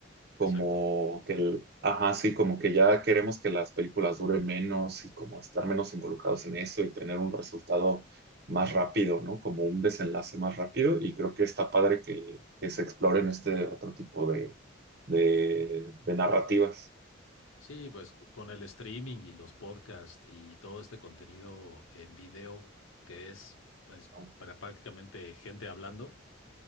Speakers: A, on the right (about 50°); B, on the left (about 80°).
A: como
B: exacto.
A: que el, ajá, sí, como que ya queremos que las películas duren menos y como estar menos involucrados en eso y tener un resultado más rápido, ¿no? Como un desenlace más rápido y creo que está padre que, que se exploren este otro tipo de, de, de narrativas.
B: Sí, pues c- con el streaming y los podcasts y todo este contenido en video que es pues,
A: ¿no?
B: para prácticamente gente hablando,